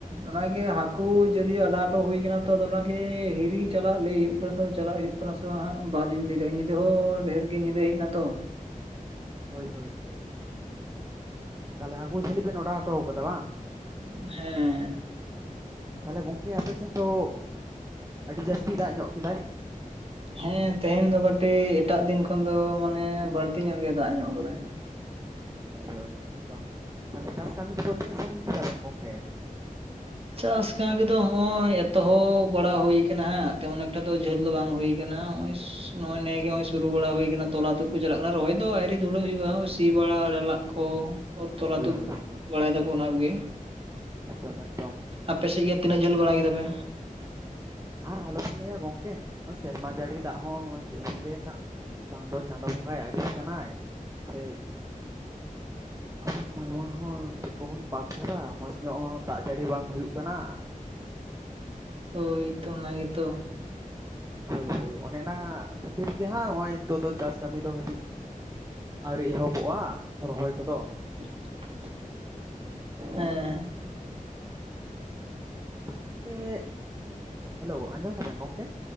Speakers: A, on the right; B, on the right.
A: ᱚᱱᱟᱜᱮ ᱦᱟᱹᱠᱩ ᱡᱟᱹᱞᱤ ᱟᱸᱴᱼᱼ ᱴᱳ ᱦᱩᱭ ᱟᱠᱟᱱᱟ ᱛᱚ ᱟᱫᱚ ᱚᱱᱟᱜᱮ ᱦᱤᱨᱤ ᱪᱟᱞᱟᱜ ᱞᱟᱹᱭ ᱦᱩᱭᱩᱜ ᱠᱟᱱᱟ ᱛ ᱪᱟᱞᱟᱜ ᱦᱩᱭᱩᱜᱼᱼ ᱠᱟᱱᱟ ᱥᱮ ᱵᱟᱝ ᱦᱜ ᱵᱟᱞᱤᱧ ᱞᱟᱹᱭ ᱫᱟᱲᱭᱟᱜᱼᱟ ᱧᱤᱫᱟᱹ ᱦᱚᱸ ᱰᱷᱮᱨᱜ ᱜᱮ ᱧᱤᱫᱟᱹ ᱦᱮᱡ ᱮᱱᱟ ᱛᱚ
B: ᱦᱳᱭ ᱦᱳᱭ ᱦᱳᱭ ᱛᱟᱦᱚᱞᱮ ᱦᱟᱹᱠᱩ ᱡᱷᱟᱹᱞᱤ ᱵᱮᱱ ᱚᱰᱟᱨ ᱦᱚᱴᱚ ᱠᱟᱫᱟ ᱵᱟᱝ?
A: ᱦᱮᱸ ᱦᱮᱸ
B: ᱛᱟᱦᱚᱞᱮ ᱜᱚᱝᱠᱮ ᱟᱯᱮ ᱥᱮᱱ ᱫᱚ ᱟᱹᱰᱤ ᱡᱟᱹᱥᱛᱤ ᱫᱟᱜ ᱧᱚᱜ ᱠᱮᱫᱟᱭ?
A: ᱦᱮᱸ ᱛᱮᱦᱮᱧ ᱫᱚ ᱠᱟᱹᱴᱤᱡ ᱮᱴᱟᱜ ᱫᱤᱱ ᱠᱷᱚᱱ ᱫᱚ ᱢᱟᱱᱮ ᱵᱟᱹᱲᱛᱤ ᱧᱚᱜ ᱜᱮ ᱫᱟᱜ ᱧᱚᱜ ᱟᱠᱟᱫᱟᱭ
B: ᱦᱳᱭ ᱦᱳᱭ ᱮᱠᱫᱚᱢ ᱛᱟᱦᱚᱞᱮ ᱪᱟᱥ ᱠᱟᱹᱢᱤ ᱠᱚᱫᱚ ᱛᱤᱱᱟᱹᱜ ᱥᱟᱹᱜᱤᱧ ᱪᱟᱵᱱ ᱜᱚᱢᱠᱮ
A: ᱪᱟᱥ ᱠᱟᱢᱤ ᱠᱚᱫᱚ ᱦᱚᱸᱜᱼᱚᱭ ᱮᱛᱚᱦᱚᱵ ᱵᱟᱲᱟ ᱦᱩᱭ ᱠᱟᱱᱟ ᱦᱟᱸᱜ, ᱛᱮᱢᱚᱱ ᱮᱠᱴᱟ ᱫᱚ ᱡᱷᱟᱹᱞ ᱫᱚ ᱵᱟᱝ ᱦᱩᱭ ᱠᱟᱱᱟ ᱦᱚᱸᱜᱼᱚᱭ ᱥ ᱱᱚᱜᱼᱚᱭ ᱱᱮᱜᱮ ᱦᱚᱸᱜᱼᱚᱭ ᱥᱩᱨᱩ ᱵᱟᱲᱟ ᱦᱩᱭ ᱠᱟᱱᱟ ᱛᱚᱞᱟ ᱛᱩᱫ ᱠᱚ ᱪᱟᱞᱟᱜ ᱠᱟᱱᱟ ᱨᱚᱦᱚᱭ ᱫᱚ ᱟᱭᱨᱤ ᱫᱷᱩᱞᱟᱹᱜ ᱦᱩᱭᱩᱜᱼᱟ ᱥᱤ ᱵᱟᱲᱟ ᱟᱲᱮ ᱞᱟᱜ ᱠᱚ, ᱛᱚᱞᱟ ᱛᱩᱫ
B: <unintelligible>
A: ᱵᱟᱲᱟᱭ ᱫᱟᱠᱚ ᱚᱱᱟ ᱠᱚᱜᱮ᱾
B: ᱮᱠᱫᱚᱢ ᱮᱠᱫᱚᱢ᱾
A: ᱟᱯᱮ ᱥᱮᱫ ᱜᱮ ᱛᱤᱱᱟᱹᱜ ᱡᱷᱟᱹᱞ ᱵᱟᱲᱟ ᱠᱮᱫᱟ ᱯᱮ?
B: ᱟᱨ ᱟᱞᱚᱵᱚᱵᱱ ᱞᱟᱹᱭᱟ ᱜᱚᱝᱠᱮ ᱚᱭ ᱥᱮᱨᱢᱟ ᱡᱟᱹᱲᱤ ᱫᱟᱜ ᱦᱚᱸ ᱪᱮᱫ ᱵᱮᱱ ᱞᱟᱹᱭᱟ, ᱵᱟᱝ ᱫᱚ ᱪᱟᱸᱫᱚ ᱵᱚᱸᱜᱟᱭ ᱟᱹᱲᱤᱥ ᱠᱟᱱᱟᱭ, ᱥᱮ ᱟᱵᱚ ᱢᱟᱱᱣᱟ ᱦᱚᱸ ᱪᱮᱫ ᱠᱚᱵᱚᱱ ᱯᱟᱯ ᱠᱟᱫᱟ, ᱢᱚᱸᱡᱽ ᱧᱚᱜ ᱦᱚᱸ ᱫᱟᱜ ᱡᱟᱹᱲᱤ ᱵᱟᱝ ᱦᱩᱭᱩᱜ ᱠᱟᱱᱟ᱾
A: ᱦᱳᱭ ᱛᱚ ᱚᱱᱟ ᱜᱮᱛᱚ᱾
B: ᱦᱳᱭ ᱦᱳᱭ ᱚᱱᱮ ᱚᱱᱟ ᱠᱷᱟᱹᱛᱤᱨ ᱜᱮ ᱦᱟᱸᱜ ᱱᱚᱜᱼᱚᱭ ᱱᱤᱛᱚᱜ ᱫᱚ ᱪᱟᱥ ᱠᱟᱹᱢᱤ ᱫᱚ ᱠᱟᱹᱴᱤᱡ ᱟᱹᱣᱨᱤ ᱮᱦᱚᱵᱚᱜᱼᱟ ᱨᱚᱦᱚᱭ ᱠᱚᱫᱚ᱾
A: <inaudible> ᱦᱮᱸ᱾
B: ᱜᱚᱝᱠᱮ, ᱦᱮᱞᱳ ᱟᱸᱡᱚᱢ ᱫᱟᱵᱮᱱ ᱜᱚᱝᱠᱮ?